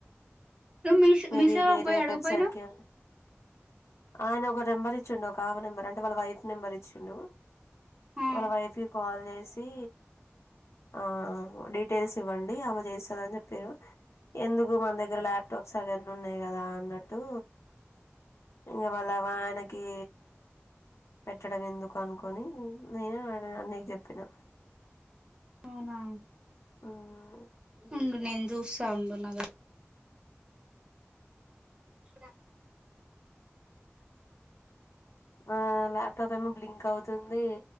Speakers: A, on the right; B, on the left.
A: నువ్వు మీ
B: మే
A: మీసేవకు
B: బి వేరే
A: పోయి అడగపోయినవ్
B: వేబ్సైట్కి ఆయన ఒక నెంబర్ ఇచ్చిండు ఒక ఆమె నెంబర్ అంటే వాళ్ళ వైఫ్ నెంబర్ ఇచ్చిండు.
A: ఆ
B: వాళ్ళ వైఫ్ కి కాల్ చేసి ఆ డీటెయిల్స్ ఇవ్వండి అమె చేస్తాదని చెపిన్రు ఎందుకు మన దగ్గర ల్యాప్ టాప్స్ అవన్నీ ఉన్నాయి కదా అన్నట్టు ఇంగ వాళ్ళ వైనకి పెట్టడం ఎందుకు అనుకొని నేను ఆ అన్నయ్య కి చెప్పినా
A: అవునా
B: ఆమ్
A: ఉండు నేను చూస్తా ఉండు నా దాంట్లో ఇప్పుడ
B: ఆ ల్యాప్ టాప్ ఏమో బ్లింక్ అవుతుంది